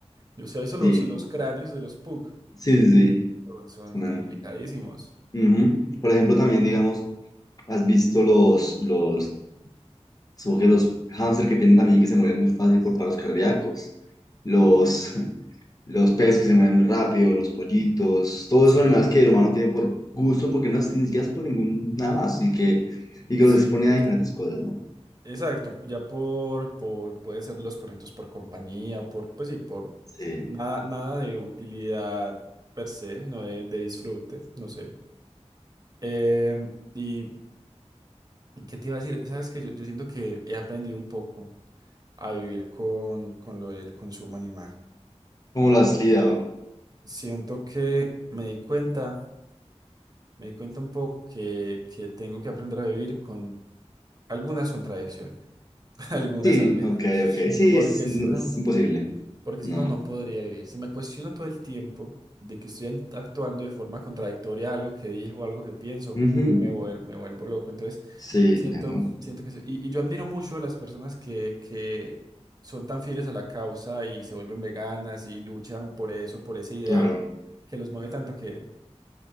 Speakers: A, on the right; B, on the left.
A: yo sé, eso los,
B: Sí,
A: los cráneos de los Pug
B: sí, sí,
A: son, son
B: sí. Una-
A: complicadísimos.
B: ujú. Por ejemplo, también, digamos, has visto los, los, supongo que los hámster que tienen también que se mueren muy fácil por paros cardíacos. Los,
A: Ok.
B: los peces que se mueren muy rápido, los pollitos, todos
A: Sí,
B: esos animales que el humano tiene por gusto, porque no es ni siquiera es por ningún nada más, y que, y que
A: sí,
B: los expone
A: por-
B: a diferentes cosas, ¿no?
A: exacto, ya por, por, puede ser los perritos por compañía, por, pues sí, por
B: Sí.
A: nada, nada de utilidad per se, sino de, de disfrute, no sé. Em, y, ¿qué te iba a decir? Sabes que yo, yo siento que he aprendido un poco. a vivir con, con lo del consumo animal.
B: ¿Cómo lo has lidiado?
A: Siento que me di cuenta, me di cuenta un poco que, que tengo que aprender a vivir con algunas contradicciones, <laughs> algunas
B: Sí,
A: al menos,
B: ok, ok, sí,
A: porque
B: es, no,
A: si no,
B: es imposible,
A: porque
B: no.
A: si no, no podría vivir. Si me cuestiono todo el tiempo de que estoy an- actuando de forma contradictoria a algo que dijo, algo que pienso,
B: Ujú.
A: me vuel- me vuelvo loco. Entonces,
B: Sí,
A: Siento,
B: entiendo,
A: siento que sí. Y, y yo admiro mucho a las personas que, que son tan fieles a la causa y se vuelven veganas y luchan por eso, por ese ideal
B: claro.
A: que los mueve tanto que,